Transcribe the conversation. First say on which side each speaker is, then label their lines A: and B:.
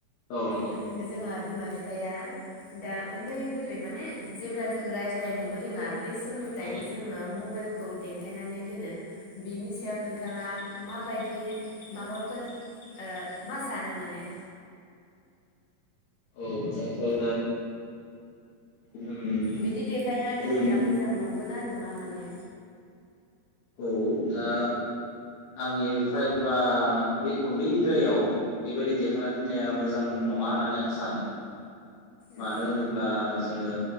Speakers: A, on the left; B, on the left.
A: औ नंगौ
B: उम जोंहा। बिमा-बिफाया दा उन्दै गोरलै माने। जेब्ला जों रायज्लायनोबो रोङा। बे समनिफ्रायनो
A: औ
B: जोङो मबेल। खौ देखायनानै दोनो। बिनि सायाव नोंथाङा। माबायदि माबाफोर मा सानो माने?
A: औ दाथ' ओ। गुबुन
B: बिदि देखायना
A: गुबुन
B: दोननाया मोजां नंगौ ना नङा माने?
A: औ दा आंनि फायब्रा बे उन्दैद्रायाव। बेबायदि देखाना दोननाया मोजां न नङा होननानै आं सानो। मानो
B: औ
A: होनोब्ला जोङो